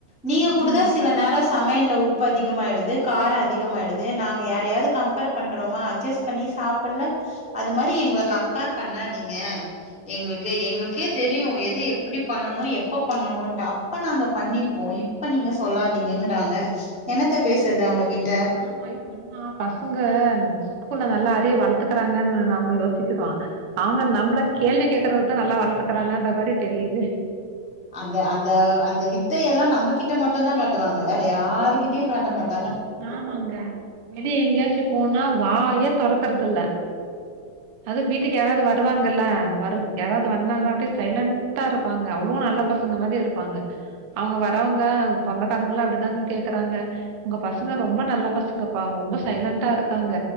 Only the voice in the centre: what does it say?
நீங்க கூடுதா
சில நேரம் சமையல்ல உப்பு உப்பு அதிகமாயிடுது கார அதிகமாயிடுது நாங்க யாரையாது கம்பேர் பண்றோமா அட்ஜஸ் பண்ணி சாப்பல்ல அது மாரி எங்கல கம்பேர் பண்ணாதீங்க எங்ளுக்கு எங்ளுக்கே தெரியு எது எப்டி பண்ணணு எப்ப பண்ணணுன்டு அப்ப நாங்க பண்ணிப்போம் இப்ப நீங்க சொல்லாதீங்கங்றாங்க என்னத்த பேசுறது அவங்க கிட்ட
அந்த அந்த அந்த வித்தையல்லா நம்ம கிட்ட மட்டுந்தா காட்டுவாங்க வேற யாருகிட்டியு காட்ட மாட்டா